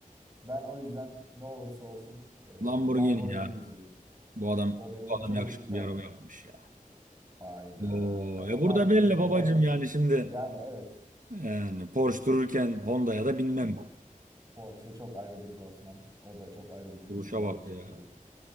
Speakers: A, on the right; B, on the right.
A: Ben o yüzden ne olursa olsun eee
B: Lamborghini
A: Lamborghini'ciyim.
B: ya. Bu adam
A: O benim
B: bu adam
A: çocukluk
B: yakışıklı
A: hayalim.
B: bir araba yapmış ya.
A: Hayda.
B: Oo,
A: Tamam
B: e burada
A: abi
B: belli
A: burada
B: babacım
A: zaten
B: yani şimdi.
A: yani evet
B: Yani Porsche dururken Honda'ya da binmem.
A: Porsche çok ayrı bir klasman. O da çok ayrı bir kültür
B: Duruşa
A: aynı
B: bak
A: şekilde.
B: ya.